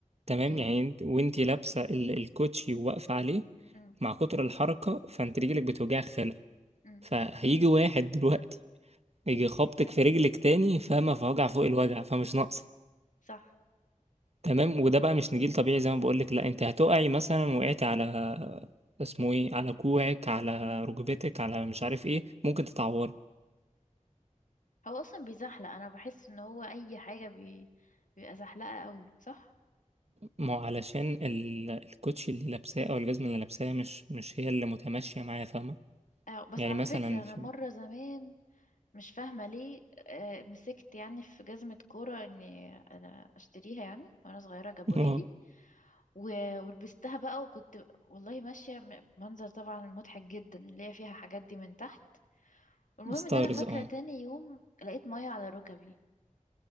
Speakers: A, on the right; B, on the left.
A: تمام
B: اوكي
A: يعني انت وانت لابسه ال- الكوتشي وواقفه عليه
B: مم.
A: مع كتر الحركه فانت رجلك بتوجع خلع
B: مم.
A: فهيجي واحد دلوقتي يجي خبطك في رجلك تاني فما في وجع فوق الوجع فمش ناقصه
B: صح
A: تمام وده بقى مش نجيل طبيعي زي ما بقولك لا انت هتقعي مثلا وقعتي على اسمه ايه على كوعك على ركبتك على مش عارف ايه ممكن تتعوري
B: هو أصلا بيزحلق أنا بحس إن هو أي حاجة بي... بيبقى زحلقة قوي صح
A: ما هو علشان ال- الكوتشي اللي لابساه او الجزمه اللي لابساها مش مش هي اللي متماشيه معايا فاهمه
B: آه بس
A: يعني
B: على
A: مثلا
B: فكرة أنا
A: في
B: مرة زمان مش فاهمة ليه آه، مسكت يعني في جزمة كورة اني انا اشتريها يعني وانا صغيرة جابوها
A: اه
B: لي و- ولبستها بقى وكنت والله ماشية م- منظر طبعا مضحك جدا اللي هي فيها حاجات دي من تحت المهم
A: ستارز
B: ان انا فاكرة
A: اه
B: تاني يوم لقيت مية على ركبي